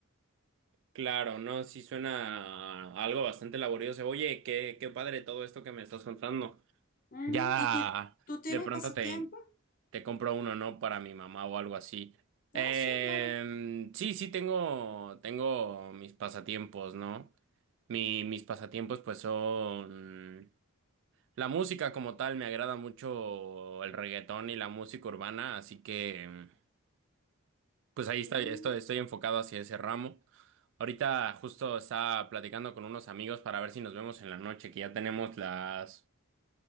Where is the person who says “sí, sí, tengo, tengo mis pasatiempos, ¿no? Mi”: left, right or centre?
Right